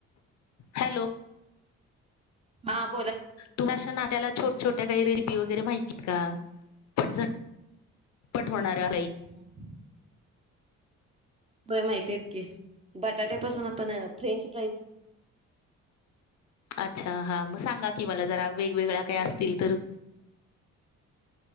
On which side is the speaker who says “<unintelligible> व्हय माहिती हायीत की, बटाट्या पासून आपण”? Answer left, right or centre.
Right